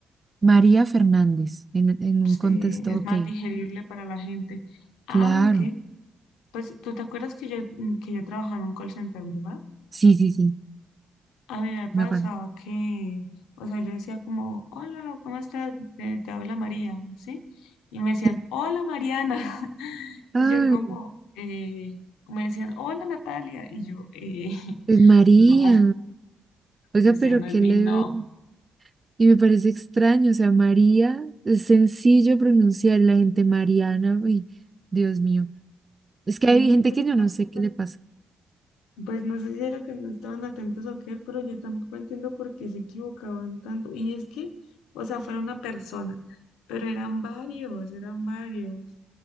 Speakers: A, on the right; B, on the left.
A: María Fernández, en, en un
B: Sí,
A: contexto,
B: es
A: ok,
B: más digerible para la gente.
A: claro.
B: Aunque, pues, ¿tú te acuerdas que yo, que yo trabajaba en un call center, ¿verdad?
A: Sí, sí, sí,
B: A mí me
A: me
B: pasaba
A: acuerdo.
B: que, o sea, yo decía como, hola, ¿cómo estás? Te, te habla María, ¿sí? Y me decían,
A: Sí.
B: hola Mariana. <laughs>
A: Ay,
B: Y yo como, eh, me decían, hola Natalia. Y yo, eh,
A: pues
B: <laughs>
A: María.
B: no,
A: Oiga,
B: ese
A: pero
B: no
A: qué
B: es mi
A: le
B: nombre.
A: Y me parece extraño, o sea, María, es sencillo pronunciar la gente Mariana, uy, Dios mío. Es que
B: Sí,
A: hay gente
B: pues
A: que
B: yo
A: yo
B: tampoco
A: no sé qué le pasa.
B: Pues no sé si era que no estaban atentos o qué, pero yo tampoco entiendo por qué se equivocaban tanto. Y es que, o sea, fuera una persona, pero eran varios, eran varios.